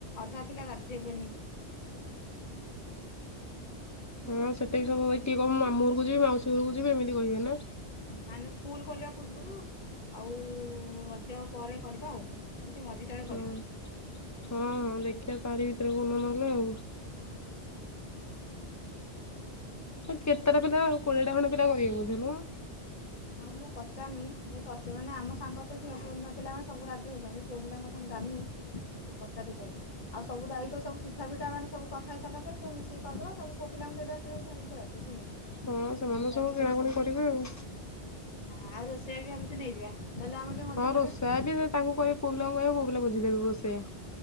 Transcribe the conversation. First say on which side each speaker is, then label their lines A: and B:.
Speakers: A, on the left; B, on the left.
A: ଅଧା ପିଲା ରାଜି ହେବେନି।
B: ହଁ ସେତେ ବି ସବୁ ଏ କିଏ କହିବ ମାମୁଁ ଘରକୁ ଯିବି ମାଉସୀ ଘରକୁ ଯିବି ଏମିତି କହିବେ ନା?
A: ମାନେ ସ୍କୁଲ ଖୋଲିବା ପୂର୍ବରୁ ଆଉ ରଜ ପରେ କରିବା ଆଉ ସେ ମଝିଟାରେ
B: ହଁ।
A: କରିବା।
B: ହଁ ହଁ ଦେଖିବା ତାରି ଭିତରେ କଉ ଦିନ ନହେଲେ ଆଉ। କେତେଟା ପିଲା ଆଉ କୋଡିଏଟା ଖଣ୍ଡେ ପିଲା କରିବେ ବୋଧେ ନୁହଁ।
A: ହଁ ମୁଁ ତ ପଚାରୁନି ମ ପଚାର ମାନେ ଆମ ସାଙ୍ଗ ତ ଝିଅ ପିଲାମାନେ ସବୁ ରାଜି ହଉଛନ୍ତି। ପୁଅ ପିଲାଙ୍କ କଥା ମୁଁ ଜାଣିନି ତ ପଚାରି କହିବି। ଆଉ ସବୁ ଦାୟିତ୍ୱ ଚିଠା ପିଠା ମାନେ ସବୁ କଥା ହେଇ ସାରିଲା ପରେ ମିଶିକି କରିଦବା ସବୁ ପୁଅ ପିଲାଙ୍କୁ ଦେଇ ଦେବା ସେ ସବୁ ଧରିକି ପଳେଇ ଆସିବେ କିଣିକି।
B: ହଁ ସେମାନେ
A: ଆମେ
B: ତ
A: ଖାଲି
B: ସବୁ
A: ଯାହା
B: କିଣାକଣି
A: ଯିବା
B: କରିବେ ଆଉ।
A: ହଁ ଆଉ ରୋଷେଇଆ ବି ଭାବୁଛି ନେଇଯିବା ନହେଲେ ଆମେ ଟିକେ ମଜା
B: ହଁ
A: କରିବା।
B: ରୋଷେଇଆ ତାଙ୍କୁ କହିବ ପୁଅ ପିଲାଙ୍କୁ କହିବା ପୁଅ ପିଲ ବୁଝି ଦେବେ ରୋଷେଇୟା।